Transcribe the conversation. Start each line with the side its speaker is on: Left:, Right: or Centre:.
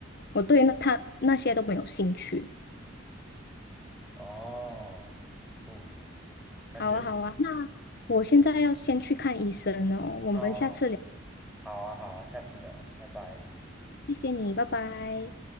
Left: 我对那他那些都没有兴趣。
Centre: 哦，酷，感觉
Left: 好啊，好啊，那我现在要先去看医生哦，我们下次聊，
Centre: 哦，好啊，好啊，下次聊，拜拜。
Left: 谢谢你，拜拜。